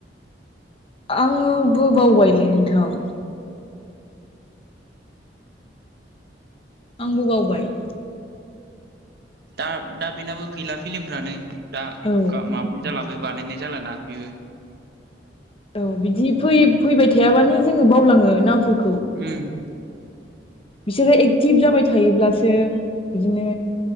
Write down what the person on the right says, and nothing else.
दा दा बेनाबो गैला फिलिमफ्रानो दा
ग माबानि जाला। बो बानायनाय जालाना बेबो।
उम।